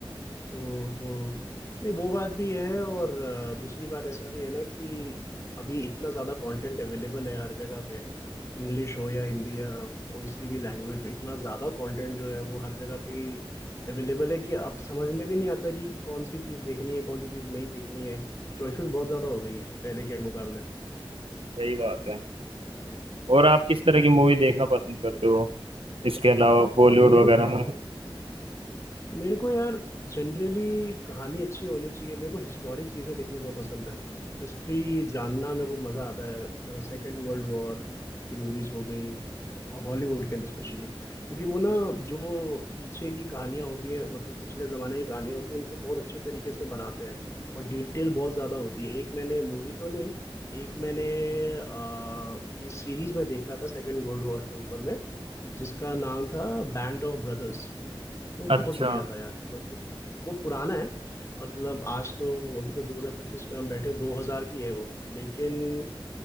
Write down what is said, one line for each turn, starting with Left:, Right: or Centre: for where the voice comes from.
Left: हम्म हम्म नहीं वो बात भी है और अ, दूसरी बात ऐसा भी है ना कि अभी इतना ज्यादा कंटेंट अवेलेबल है हर जगह पे इंग्लिश हो या हिंदी या कोई सी भी लैंग्वेज हो इतना ज्यादा कंटेंट जो है वो हर जगह पे ही अवेलेबल है कि अब समझ में भी नहीं आता कि कौन सी चीज देखनी है कौन सी चीज नहीं देखनी है चॉइसेस बहुत ज्यादा हो गई है पहले के मुकाबले
Right: सही बात है और आप किस तरह की मूवी देखना पसंद करते हो इसके अलावा बॉलीवुड
Left: मेरे
Right: वगैरह
Left: को
Right: में
Left: मेरे को यार जनरली कहानी अच्छी होनी चाहिए मेरे को हिस्टोरिक चीजें देखनी बहुत पसंद है हिस्ट्री जानना मेरे को मजा आता है मतलब सेकेंड वर्ल्ड वॉर की मूवीज हो गई हॉलीवुड के अंदर स्पेशली क्योंकि वो ना जो पीछे की कहानियां होती हैं मतलब पिछले जमाने की कहानियां होती हैं उनको बहुत अच्छी तरीके से बनाते हैं और डिटेल बहुत ज्यादा होती है एक मैंने मूवी तो नहीं एक मैंने आ, ये सीरीज में देख रहा था सेकेंड वर्ल्ड वॉर के ऊपर में जिसका नाम था बैंड ऑफ ब्रदर्स वो
Right: अच्छा
Left: बहुत बढ़िया था यार मतलब वो पुराना है मतलब आज तो अभी तो 2025 में हम बैठे 2000 की है वो लेकिन